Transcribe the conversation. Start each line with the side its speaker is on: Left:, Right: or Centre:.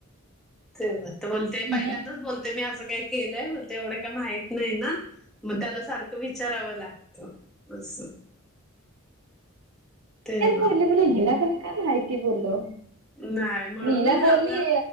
Centre: ठेवा तर बोलते
Right: हिला
Centre: पहिल्यांदाच बोल तूमी असं काही केलंय म्हणतय, तेवढं काय माहित नाही ना. मग त्याला सारखं विचारावं लागतं, असं तेव्हा.
Right: तेच बोलली बोला, हिला कसं काय माहिती बोल्लो.
Centre: नाही म्हणून
Right: मीरा
Centre: मी
Right: बोलली
Centre: आपला